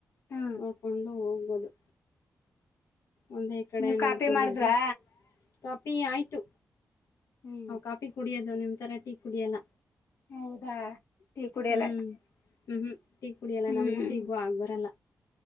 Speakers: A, on the left; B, on the left.
A: ಹ್ಮ್
B: ನೋಡ್ಕೊಂಡು ಹೋಗ್ಬೋದು ಒಂದೇ ಕಡೆ
A: ನೀವ್
B: ನೋಡ್ಕೊಂಡಿದ್ರೆ
A: ಕಾಪಿ ಮಾಡಿದ್ರಾ.
B: ಕಾಪಿ ಆಯ್ತು
A: ಹ್ಮ್
B: ಹ ಕಾಫಿ ಕುಡಿಯೋದು ನಿಮ ತರ ಟೀ ಕುಡಿಯಲ್ಲ
A: ಹೌದಾ ಟೀ ಕುಡಿಯಲ್ಲ
B: ಹ್ಮ್ ಹ್ಮ್ ಹ್ಮ್ ಟೀ ಕುಡಿಯಲ್ಲ
A: ಹ್ಮ್
B: ನಮ್ಗೂಟೀ ಕು ಹೂ ಆಗಬರಲ್ಲ